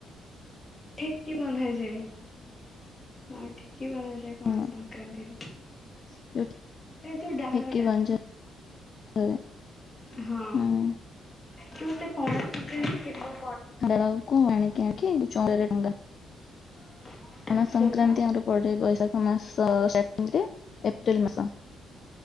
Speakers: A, on the left; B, on the left.
A: ଠିକି ବନ୍ଧାଯାଏ ହଁ ଠିକି ବନ୍ଧାଯାଏ ପଣା
B: ହଁ
A: ସଂକ୍ରାନ୍ତିରେ।
B: <unintelligible>
A: ସେ ଯୋଉ ଢାଳଟା
B: ଠେକି ବଞ୍ଜ
A: -
B: ହୁଏ
A: ହଁ
B: ହୁଁ
A: ଯୋଉ ସେ ପଣା ସଂକ୍ରାନ୍ତି କେବ
B: <unintelligible>
A: <inaudible>
B: ପଣା ସଂକ୍ରାନ୍ତି
A: କେବେ?
B: ଆମର ପଡେ ବୈଶାଖ ମାସ ଷ୍ଟାଟିଙ୍ଗରେ ଏପ୍ରିଲ ମାସ।